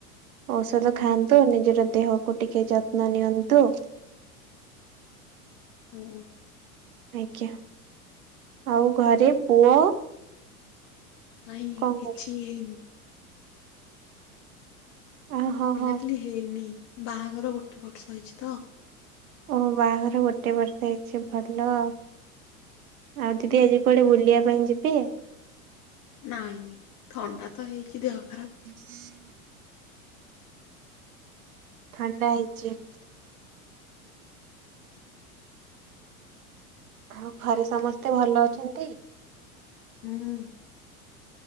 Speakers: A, on the right; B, on the left.
A: ଔଷଧ
B: ହୁଁ
A: ଖାଆନ୍ତୁ ନିଜର ଦେହକୁ ଟିକେ ଯତ୍ନ ନିଅନ୍ତୁ।
B: ହୁଁ।
A: ଆଜ୍ଞା ଆଉ ଘରେ ପୁଅ?
B: ନାଇଁ
A: କଣ
B: କିଛି ହେଇନି।
A: ଆ ହଁ
B: ପିଲାପିଲି
A: ହଁ
B: ହେଇନି ବାହାଘର ଗୋଟେ ବର୍ଷ ହେଇଛି ତ।
A: ଓ ବାହାଘର ଗୋଟେ ବର୍ଷ ହେଇଛି ଭଲ ଆଉ। ଆଉ ଦିଦି ଆଜି କୁଆଡେ ବୁଲିବା ପାଇଁ ଯିବେ?
B: ନାଇଁ ଥଣ୍ଡା ତ ହେଇଛିି ଦେହ ଖରାପ
A: <unintelligible> ଥଣ୍ଡା ହେଇଛି? ଆଉ ଘରେ ସମସ୍ତେ ଭଲ ଅଛନ୍ତି?
B: ହୁଁ।